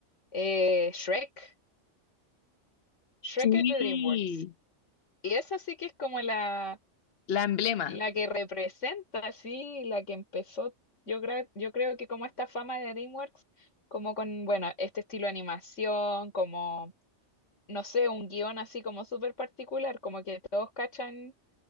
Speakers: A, on the left; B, on the left.
A: Eh, Shrek. Shrek
B: Sí,
A: es de DreamWorks. Y esa sí que es como la
B: la emblema.
A: La que representa, sí, la que empezó, yo creo, yo creo que como esta fama de DreamWorks, como con, bueno, este estilo de animación, como, no sé, un guión así como súper particular, como que todos cachan